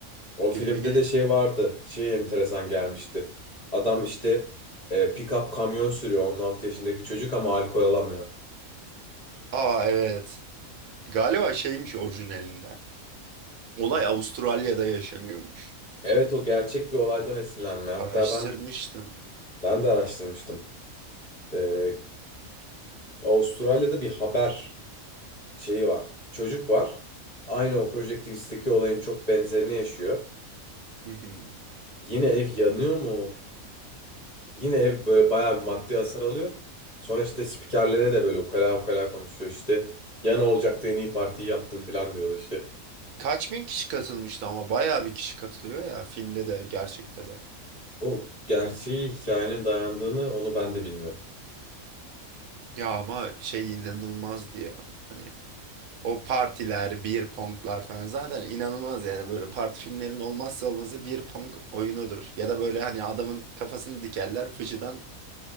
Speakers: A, on the left; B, on the right.
A: O
B: Filmi
A: filmde
B: geç.
A: de şey vardı. Şey enteresan gelmişti. Adam işte e, pick-up kamyon sürüyor 16 yaşındaki çocuk ama alkol alamıyor.
B: Aa evet. Galiba şeymiş orijinalinde. Olay
A: Hı.
B: Avustralya'da yaşanıyormuş.
A: Evet o gerçek bir olaydan esinlenme. Hatta
B: Araştırmıştım.
A: ben ben de araştırmıştım. E, Avustralya'da bir haber şeyi var. Çocuk var. Aynı o Project X'teki olayın çok benzerini yaşıyor.
B: Hı hı.
A: Yine ev yanıyor mu? Yine ev böyle bayağı bir maddi hasar alıyor. Sonra işte spikerlere de böyle ukala ukala konuşuyor. İşte yana olacaktı en iyi partiyi yaptım falan diyordu işte.
B: Kaç bin kişi katılmıştı ama bayağı bir kişi katılıyor ya filmde de gerçekte de.
A: O gerçeği hikayenin dayandığını onu ben de bilmiyorum.
B: Ya ama şey inanılmazdı ya. Hani o partiler, beer ponglar falan zaten inanılmaz yani böyle parti filmlerinin olmazsa olmazı beer pong oyunudur. Ya da böyle hani adamın kafasını dikerler fıçıdan